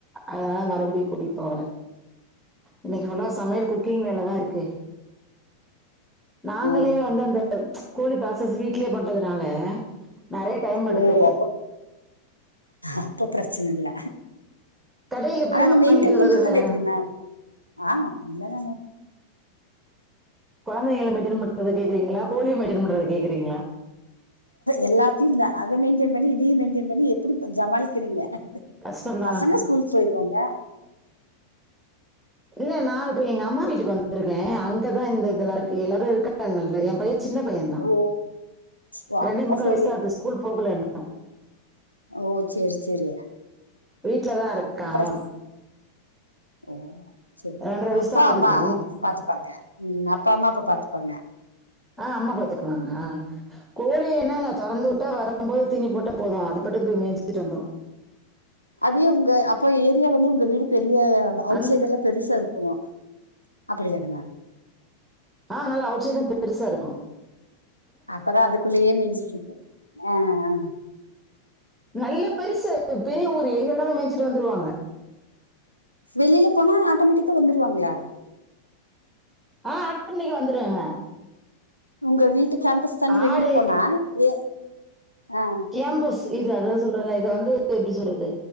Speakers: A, in the centre; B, on the left (about 90°).
A: அதனால மறுபடியு கூட்டிடு போகல இன்னைக்கு எவ்ளவு சமையல் குக்கிங் வேலதா இருக்கு நாங்களே
B: ஆ
A: வந்து அந்த கோழி பிராசஸ் வீட்லயே பண்றதுனால நெறைய டைம் எடுத்துக்கு
B: ஓ அப்பப் அப்ப பிரச்சன இல்ல
A: கடையில போய்
B: ஆனா அந்த
A: வாங்கிட்டு
B: மெயின்டென்
A: வர்றது
B: பண்றதல்ல
A: வேற
B: எப்படி மே ஆ உள்ளதான
A: குழந்தைகள மெயின்டன் பன்றத கேக்குறீங்களா கோழிய மெயின்டன் பண்றத கேக்குறீங்களா
B: எல்லாத்தையு தா அத மெயின்டென் பண்ணி இதையு மெயின்டென் பண்ணி எப்படி ஜமாளிக்கிறீங்க
A: கஷ்டந்தா
B: பசங்க ஸ்கூலுக் போயிருவாங்க
A: இல்ல நா இப்ப எங்க அம்மா வீட்டுக்கு வந்திருக்கே அங்கதா இந்த இதெல்லா இருக்கு எல்லாரு இருக்காங்கள எ பைய சின்ன பையந்தா
B: ஓ ஓ
A: ரெண்டே
B: அப்ப
A: முக்கால்
B: சரி
A: வயசு தா ஆகுது ஸ்கூல் போகல இன்னு
B: ஓ சரி சரி
A: வீட்லதா இருக்கா
B: அப்ப பிரச்
A: அவனு
B: ஓ சரி
A: ரெண்டரை வயசுதா
B: அப்பா
A: ஆகுது
B: அம்மா பாத்துப்பாங்க ம் அப்பா அம்மா அப்ப பாத்துப்பாங்க
A: ஆ அம்மா பாத்துக்குவாங்க அ கோழி என்னங்க தொறந்து வுட்டா வர ரம்போது தீனி போது அத பாட்டுக் போய் மேஞ்சிட்டு வந்துரு
B: அபி உங்க அப்போ ஏரியா வந்து உங்க வீடு பெரிய அவுட்
A: அங்
B: சைடு எல்லா பெருசா இருக்குமா அப்படியாங்க மேம்
A: ஆ நல்லா அவுட் சைடுலா பெருசா இருக்கு
B: அப்பதா அதுக்குள்ளேயே மேஞ்சுட்டு இருக்கு ஆ ஆ
A: நல்ல பெருசு பெரிய ஊர் எங்க வேனாலு மேஞ்சிட்டு வந்துருவாங்க
B: வெளில போனா ஆட்டோமேட்டிக்கா வந்துருவாங்களா
A: ஆ ஆட்டோமெட்டிக்கா வந்துருவாங்க
B: உங்க வீட்டு கேம்பஸ் தாண்டி வெளில
A: ஆடு
B: போனா ஏ ஆ
A: கேம்பஸ் இது அததா சொல்றன்ல இத வந்து எப்டி சொல்றது